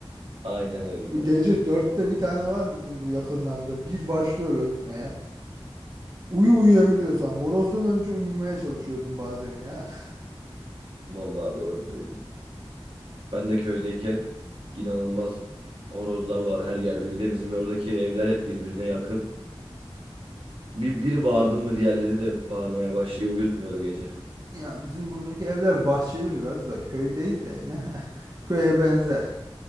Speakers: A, on the right; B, on the right.
A: Aynen öyle horoz.
B: Gece dörtte bir tane var bizim bu yakınlarda. Bir başlıyor ötmeye. Uyu uyuyabiliyorsan. Horozdan önce uyumaya çalışıyordum bazen ya. <laughs>
A: Vallahi doğru söylüyorsun. Ben de köydeyken inanılmaz horozlar var her yerde. Bir de bizim oradaki evler hep birbirine yakın. Bir, biri bağırdı mı diğerleri de bağırmaya başlıyor. Uyutmuyordu gece.
B: Ya bizim buradaki evler bahçeli biraz da köy değil de yine <laughs> köye benzer.